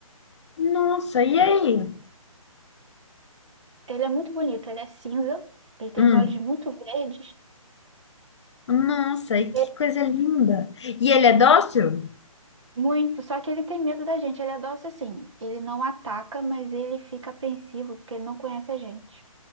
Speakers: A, on the left (about 50°); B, on the right (about 55°).
A: nossa, e aí?
B: Ele é muito bonito, ele é cinza, ele tem
A: Hum,
B: os olhos muito verdes,
A: nossa, e que
B: é
A: coisa linda. E ele é dócil?
B: muito, só que ele tem medo da gente, ele é dócil assim. Ele não ataca, mas ele fica apreensivo porque ele não conhece a gente.